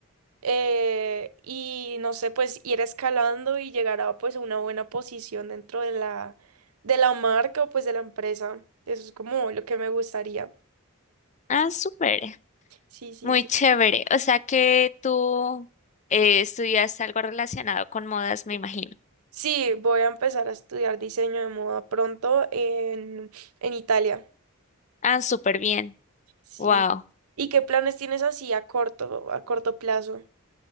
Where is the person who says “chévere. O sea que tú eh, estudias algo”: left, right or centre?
Left